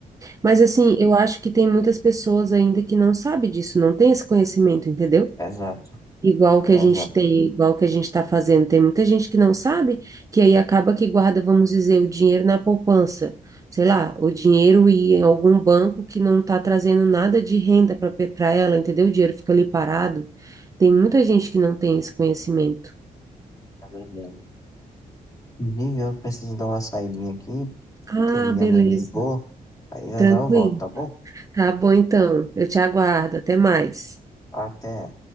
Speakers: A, on the right (about 20°); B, on the left (about 25°).
A: Mas assim, eu acho que tem muitas pessoas ainda que não sabe disso, não tem esse conhecimento, entendeu?
B: Exato,
A: Igual que
B: exato,
A: a gente tem, igual que a gente está fazendo, tem muita gente que não sabe, que aí acaba que guarda, vamos dizer, o dinheiro na poupança, sei lá, o dinheiro e em algum banco que não está trazendo nada de renda para para ela, entendeu? O dinheiro fica ali parado. Tem muita gente que não tem esse conhecimento.
B: é verdade. Inclusive, eu preciso dar uma saidinha aqui,
A: Ah,
B: porque minha
A: beleza,
B: mãe me ligou. Aí já
A: tranquilo.
B: já eu volto, tá bom?
A: Tá bom então. Eu te aguardo. Até mais.
B: Até.